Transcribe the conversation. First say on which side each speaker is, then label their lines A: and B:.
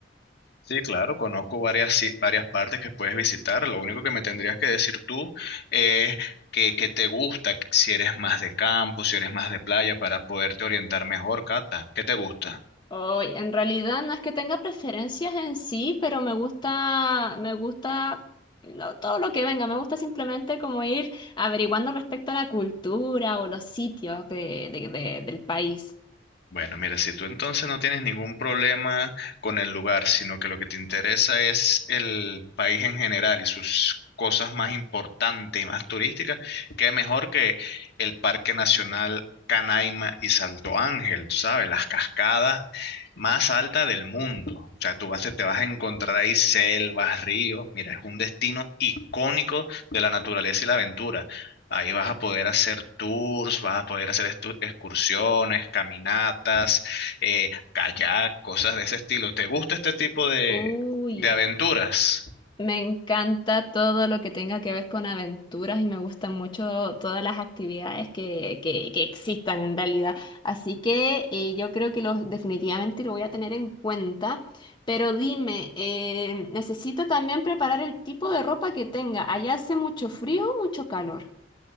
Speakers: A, on the left; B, on the left.
A: Sí, claro, conozco varias, si- varias partes que puedes visitar. Lo único que me tendrías que decir tú es que, que te gusta, si eres más de campo, si eres más de playa, para poderte orientar mejor, Cata. ¿Qué te gusta?
B: Oy, en realidad no es que tenga preferencias en sí, pero me gusta, me gusta lo- todo lo que venga. Me gusta simplemente como ir averiguando respecto a la cultura o los sitios de, de- de- del país.
A: Bueno, mira, si tú entonces no tienes ningún problema con el lugar, sino que lo que te interesa es el país en general y sus cosas más importantes y más turísticas, qué mejor que el Parque Nacional Canaima y Salto Ángel, tú sabes, las cascadas más altas del mundo. O sea, tú vas, te vas a encontrar ahí selvas, ríos. Mira, es un destino icónico de la naturaleza y la aventura. Ahí vas a poder hacer tours, vas a poder hacer estu- excursiones, caminatas, eh, kayak, cosas de ese estilo. ¿Te gusta este tipo de,
B: Uy.
A: de aventuras?
B: Me encanta todo lo que tenga que ver con aventuras y me gustan mucho todas las actividades que, que, que existan en realidad. Así que eh, yo creo que los, definitivamente lo voy a tener en cuenta. Pero dime, eh, necesito también preparar el tipo de ropa que tenga. ¿Allá hace mucho frío o mucho calor?